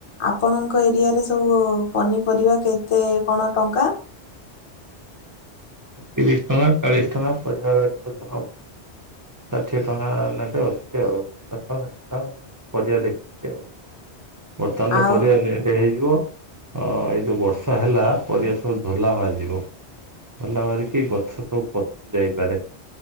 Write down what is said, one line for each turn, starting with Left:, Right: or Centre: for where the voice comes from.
Left: ଆପଣଙ୍କ ଏରିଆରେ ସବୁ ପନିପରିବା କେତେ କଣ ଟଙ୍କା?
Right: ତିରିଶ ଟଙ୍କା ଚାଳିଶ ଟଙ୍କା ପରିବା <unintelligible> ଷାଠିଏ ଟଙ୍କା ନକେ ଅଛି ଆଉ <unintelligible> ପରିବା ଦେଖିକି ଆଉ ବର୍ତ୍ତମାନର
Left: ଆଉ
Right: ପରିବା ଏଇଟ ହେଇଯିବ ଏଇ ଯଉ ବର୍ଷ ବର୍ଷା ହେଲା ପରିବା ସବୁ ଧୋଲା ମାରିଯିବ ଧୋଲା ମାରି ଗଛ ସବୁ ପତି ଯାଇପାରେ